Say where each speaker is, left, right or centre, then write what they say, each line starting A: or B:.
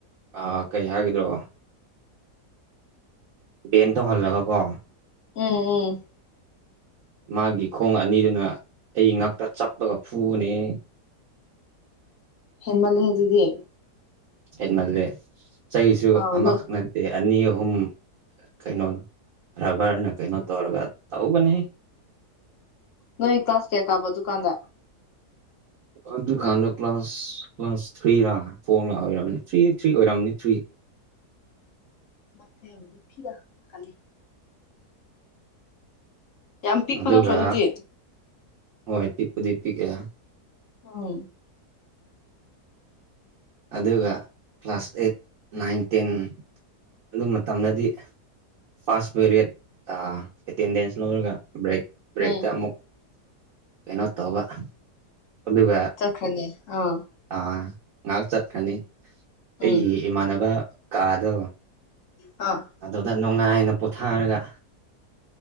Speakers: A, on the right (about 65°); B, on the left (about 60°).
A: ꯑ ꯀꯩ ꯍꯥꯏꯒꯗ꯭ꯔꯣ ꯕꯦꯟ ꯇꯧꯍꯜꯂꯒ ꯀꯣ
B: ꯎꯝ ꯎꯝ
A: ꯃꯥꯒꯤ ꯈꯣꯡ ꯑꯅꯤꯗꯨꯅ ꯑꯩ ꯉꯛꯇ ꯆꯞꯄꯒ ꯐꯨꯕꯅꯦꯍꯦ
B: ꯍꯦꯟꯃꯜꯍꯦ ꯗꯨꯗꯤ
A: ꯍꯦꯟꯃꯜꯂꯦ ꯆꯩꯁꯨ
B: ꯑꯥꯎ
A: ꯑꯃꯈꯛꯅ
B: ꯅꯣꯏ
A: ꯁꯤ ꯑꯅꯤ ꯑꯍꯨꯝ ꯀꯩꯅꯣ ꯔꯕꯔꯅ ꯀꯩꯅꯣ ꯇꯧꯔꯒ ꯇꯧꯕꯅꯦ
B: ꯅꯣꯏ ꯀ꯭ꯂꯥꯁ ꯀ꯭ꯌꯥ ꯀꯥꯕ ꯗꯨꯀꯥꯟꯗ
A: ꯑꯗꯨꯀꯥꯟꯗ ꯀ꯭ꯂꯥꯁ ꯀ꯭ꯂꯥꯁ ꯊ꯭ꯔꯤꯔꯥ ꯐꯣꯔ ꯂꯥ ꯑꯣꯏꯔꯝꯅꯤ ꯊ꯭ꯔꯤ ꯊ꯭ꯔꯤ ꯑꯣꯏꯔꯝꯅꯤ ꯊ꯭ꯔꯤ
B: <unintelligible> ꯌꯥꯝ ꯄꯤꯛꯄ
A: ꯑꯗꯨꯒ
B: ꯅꯠꯇ꯭ꯔꯣ ꯑꯗꯨꯗꯤ
A: ꯍꯣꯏ ꯄꯤꯛꯄꯨꯗꯤ ꯄꯤꯛꯑꯦ
B: <unintelligible>
A: ꯑꯗꯨꯒ ꯀ꯭ꯂꯥꯁ ꯑꯩꯠ ꯅꯥꯏꯟ ꯇꯦꯟ ꯑꯗꯨ ꯃꯇꯝꯗꯗꯤ ꯐꯥꯁ ꯄꯦꯔꯤꯠ ꯑ ꯑꯦꯇꯦꯟꯗꯦꯟꯁ ꯂꯧꯔꯒ ꯕ꯭ꯔꯦꯛ ꯕ꯭ꯔꯦꯛꯇ
B: ꯎꯝ
A: ꯑꯃꯨꯛ ꯀꯩꯅꯣ ꯇꯧꯕ ꯑꯗꯨꯒ
B: ꯆꯈ꯭ꯔꯅꯤ ꯑꯥ
A: ꯑꯥ ꯉꯥꯛ ꯆꯠꯈ꯭ꯔꯅꯤ ꯑꯩꯒꯤ
B: ꯎꯝ
A: ꯏꯃꯥꯟꯅꯕ ꯀꯥꯗꯣ
B: ꯑꯥ
A: ꯑꯗꯨꯅ ꯅꯨꯡꯉꯥꯏꯅ ꯄꯣꯊꯥꯔꯒ